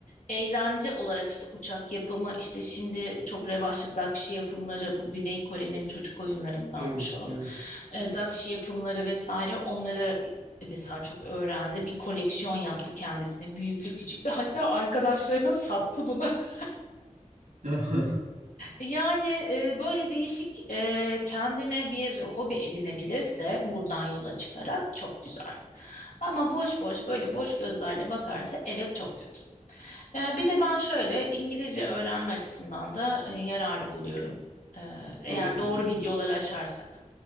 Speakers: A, on the left (about 75°); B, on the right (about 85°).
A: eğlence olarak işte uçak yapımı işte şimdi çok revaçlı Dakşi yapımları bu Güney Kore'nin çocuk oyunlarındanmış
B: evet,
A: o.
B: evet.
A: E, Dakşi yapımları vesaire onları e, mesela çok öğrendi. Bir koleksiyon yaptı kendisine büyüklü küçüklü hatta arkadaşlarına sattı bunu. <laughs>
B: <laughs>
A: Yani e, böyle değişik e, kendine bir hobi edinebilirse buradan yola çıkarak çok güzel. Ama boş boş böyle boş gözlerle bakarsa evet çok kötü. Yani bir de ben şöyle İngilizce öğrenme açısından da e, yararlı buluyorum. E, eğer
B: Doğrudur.
A: doğru videoları açarsak.